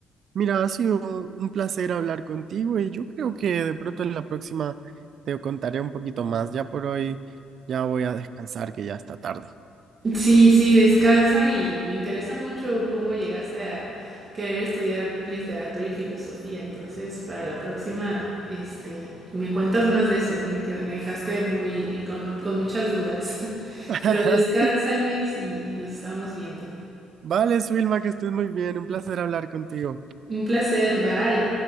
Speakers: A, on the right (about 55°); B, on the right (about 30°).
A: Mira, ha sido un placer hablar contigo y yo creo que de pronto en la próxima te contaré un poquito más. Ya por hoy ya voy a descansar que ya está tarde.
B: Sí, sí, descansa y me interesa mucho cómo llegaste a querer estudiar literatura y filosofía. Entonces, para la próxima, este, me cuentas más de eso. Me, qued- me dejaste muy con, con muchas dudas. <laughs>
A: <laughs>
B: Pero descansa, Luis, y y nos estamos viendo.
A: Vale, Swilma, que estés muy bien. Un placer hablar contigo.
B: Un placer, bye.